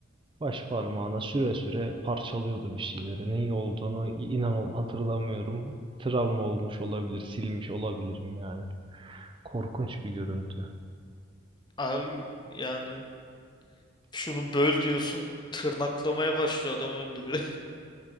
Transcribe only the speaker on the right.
Baş parmağına süre süre parçalıyordu bir şeyleri. Ne iyi olduğunu inan ol hatırlamıyorum. Travma olmuş olabilir, silmiş olabilirim yani. Korkunç bir görüntü.